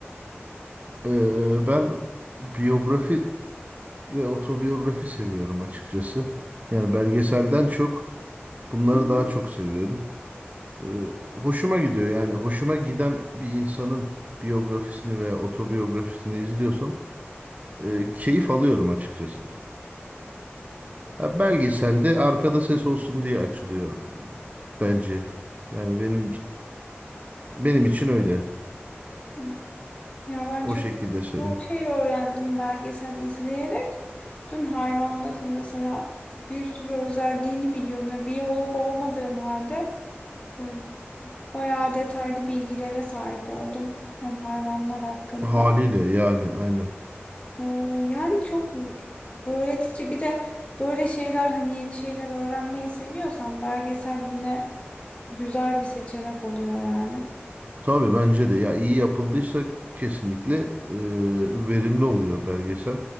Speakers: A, on the right; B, on the left.
A: Ee, ben biyografi ve otobiyografi seviyorum açıkçası. Yani belgeselden çok bunları
B: Hı
A: daha çok seviyorum. Ee, hoşuma gidiyor yani hoşuma giden bir insanın biyografisini veya otobiyografisini izliyorsam e, keyif alıyorum açıkçası. Ya belgeselde arkada ses olsun diye açılıyor bence. Yani benim benim için öyle.
B: hı. Ya ben
A: O
B: çok
A: şekilde söyleyeyim.
B: çok şey öğrendim belgesel izleyerek. Bütün hayvanların mesela bir sürü özelliğini biliyorum. Ya biyolog olmadığım halde e, bayağı detaylı bilgilere sahip oldum hem hayvanlar hakkında.
A: Haliyle yani aynen.
B: E, yani çok öğretici. Bir de böyle şeyler hani yeni şeyler öğrenmeyi seviyorsan belgesel yine güzel bir seçenek oluyor yani.
A: Tabii bence de ya iyi yapıldıysa kesinlikle e, verimli oluyor belgesel.